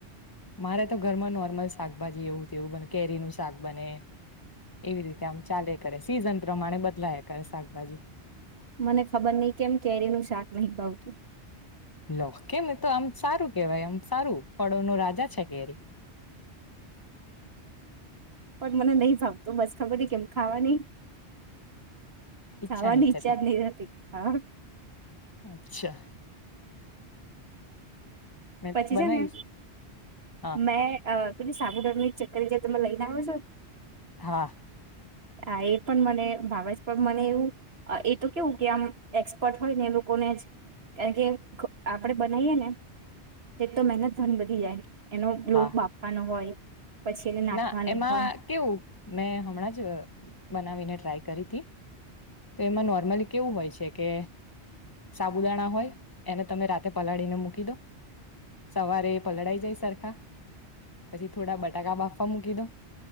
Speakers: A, on the left; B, on the right.
A: મારે તો ઘરમાં નોર્મલ શાકભાજી એવું તેવું બને કેરીનું શાક બને એવી રીતે આમ ચાલે કરે સિઝન પ્રમાણે બદલાય કરે શાકભાજી.
B: મને ખબર નહી કેમ કેરીનું શાક નહીં ભાવતું.
A: લો, કેમ એ તો આમ સારું કેવાય અમ સારું ફળોનો રાજા છે કેરી.
B: પર મને નહીં ફાવ તો બસ ખબર કેમ ખાવાની
A: ઈચ્છા
B: ખાવાની
A: નહીં થતી,
B: જ નહી રહેતી હા
A: અચ્છા. મેં
B: પછી
A: બનાવીશ
B: છે ને,
A: હા
B: મેં અહ પછી સાબુદાન ની ચક્કરી જે તમે લઈને આવો છો
A: હા.
B: હા, એ પણ મને ભાવ છે. મને એવું અહ એ તો કેવું કે આમ એક્સપર્ટ હોય ને, એ લોકોને જ કારણ કે ક આપણેે બનાઈએ ને તે તો મહેનત ઘણી બધી જાય એનો લોટ
A: હા
B: બાફવાનો હોય. પછી એને નાખવાની
A: ના એમાં
B: હોય
A: કેવું મેં હમણાં જ અહ બનાવીને ટ્રાય કરી તી. તો નોર્મલી કેવું હોય છે કે સાબુદાણા હોય એને તમે રાતે પલાડી ને મૂકી દો. સવારે પલડાઈ જાએ સરખા. પછી થોડા બટાકા બાફ વા મૂકી દો,